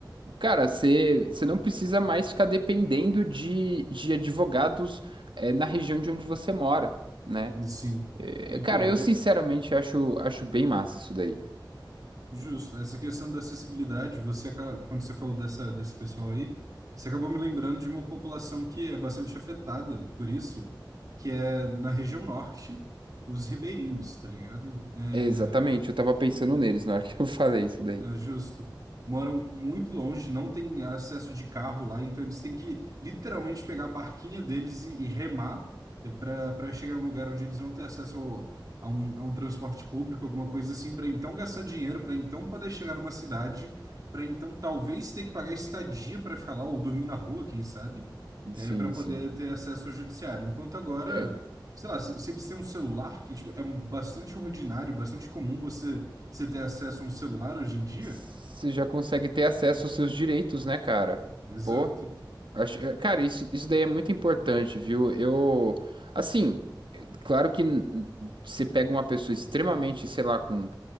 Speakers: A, on the right (about 85°); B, on the right (about 45°).
A: cara, você você não precisa mais ficar dependendo de, de advogados, é, na região de onde você mora, né?
B: sim.
A: É,
B: E,
A: cara,
B: pô,
A: eu
B: é
A: sinceramente acho, acho bem massa isso daí.
B: justo, essa questão da acessibilidade, você, aca- quando você falou dessa, desse pessoal aí, você acabou me lembrando de uma população que é bastante afetada por isso, que é na região norte, os ribeirinhos, tá ligado? É,
A: É, Exatamente, eu tava pensando neles na hora que eu <laughs> falei isso daí.
B: É justo. Moram muito longe, não tem acesso de carro lá, então eles têm que literalmente pegar a barquinha deles e, e remar para para chegar a um lugar onde eles vão ter acesso ao- a um, a um transporte público, alguma coisa assim, para então gastar dinheiro, para então poder chegar numa cidade, para então talvez ter que pagar estadia para ficar lá ou dormir na rua, quem sabe, é,
A: Sim,
B: para poder
A: sim.
B: ter acesso ao judiciário. Enquanto agora,
A: É,
B: sei lá, se, se eles têm um celular, que tipo, é bastante ordinário, bastante comum você você ter acesso a um celular hoje em dia?
A: você já consegue ter acesso aos seus direitos, né, cara?
B: Exato.
A: Pô. Acho, eh, cara, isso, isso daí é muito importante, viu? Eu, assim, eh, claro que n- você pega uma pessoa extremamente, sei lá, com